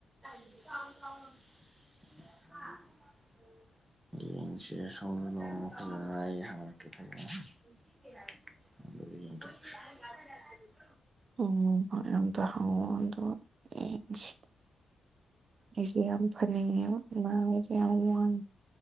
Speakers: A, on the right; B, on the right.
A: ꯑꯥꯎ <unintelligible> ꯎꯝ
B: ꯎꯝ ꯃꯗꯣ ꯑꯝꯇ ꯍꯪꯉꯣ ꯌꯦꯡꯁꯤ ꯑꯩꯁꯦ ꯌꯥꯝ ꯐꯅꯤꯡꯉꯦ ꯅꯥꯕꯁꯦ ꯌꯥꯝ ꯋꯥꯢ